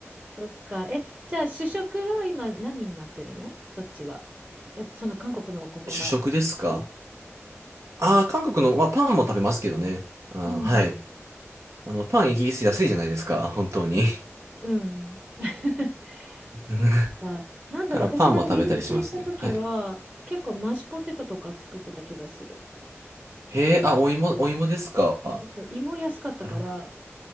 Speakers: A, on the right (about 30°); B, on the right (about 75°).
A: そっか。え、じゃあ主食は今何になってるのそっちは。え、その韓国のお米が主食
B: 主食ですかああー、韓国の、まあ、パンも食べますけどね。あー、
A: うん。
B: はい。あの、パンイギリス安いじゃないですか、本当に。
A: うん。<laughs>
B: <laughs>
A: そっか。
B: うん
A: なんだろう、
B: からパンも食べたりしますね。
A: 私がイギリスに行った時は、
B: はい。
A: 結構マッシュポテトとか作ってた気がする。
B: へえ、あ、お芋、お芋ですか。
A: そうそう、胃も安かったから、
B: なるほど。